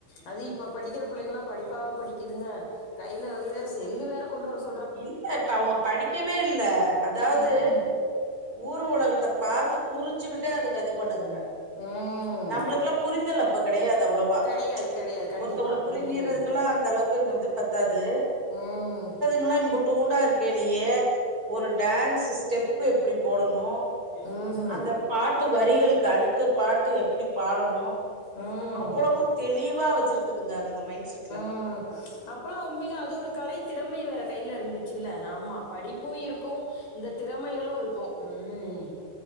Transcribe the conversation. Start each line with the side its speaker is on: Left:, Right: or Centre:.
Left: அது இப்ப படிக்கிற புள்ளைங்கல்லா படிப்பாவா படிக்குதுங்க கையில அது வேற செல்லு வேற கொண்டு வர சொல்
Right: இல்ல இப்ப அவங்க படிக்கவே இல்ல அதாவது
Left: ம்
Right: ஊர் உலகத்த பாத்துப் புரிஞ்சுக்கிட்டே அதுங்க இது பண்ணுதுங்க
Left: ம்
Right: நம்மளுக்கெல்லா புரிதல் அப்ப கெடையாது தவ்ளோவா
Left: கெடையாது கெடையாது கண்டிப்பா
Right: ஒருத்தவங்க புரிஞ்சறதுக்கல்லா
Left: ம்
Right: அந்த அளவுக்கு இந்த இது பத்தாது
Left: ம்
Right: லா இம்புட்டூண்டா இருக்கேலேயே ஒரு டான்ஸ்சு ஸ்டெப் எப்படி போடணு
Left: ம்ஹும்
Right: அந்த பாட்டு வரிகளுக்கு அடு த பாட்டு எப்டி பாடணு
Left: ம்
Right: அவ்ளோவு தெளிவா வச்சிருக்குதுங்க அதுங்க மைண்ட் செட்ல
Left: ம் அப்பல்லா உண்மையில அது ஒரு கலை திறமை வேற கையில இருந்துச்சுல்ல ஆமா படி பு இருக்கு இந்த திறமைகளு இருக்கு ம்